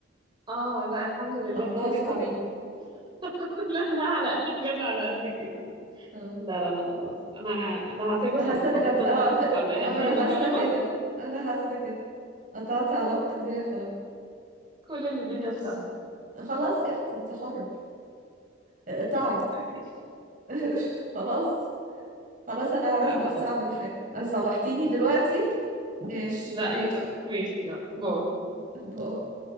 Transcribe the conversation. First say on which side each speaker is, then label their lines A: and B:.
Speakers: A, on the right (about 25°); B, on the right (about 45°).
A: آه، لا الحمد لله
B: انقذكم
A: انها جت على
B: مني
A: كده <laughs> لا انها على جت على قد كده
B: اه
A: لا لا لا خلاص انا انا هعتبر
B: حاسه
A: صداقتنا
B: انك هت... اه
A: انتهت
B: هت... آه،
A: عند هذه
B: اما انا
A: المكالمة
B: حاسه كده انا حاسه كده قطعتي علاقتك بيا خلاص
A: كل اللي بينا
B: ماشي
A: انتهى
B: خلاص يا اختي انت حرة اقطعي
A: <laughs>
B: <laughs> خلاص خلاص انا هروح
A: لا
B: بس
A: خلاص
B: اعمل حاجة صلحتيني دلوقتي ماشي
A: لا
B: ماشي
A: لازم ماشي يلا باي
B: <laughs>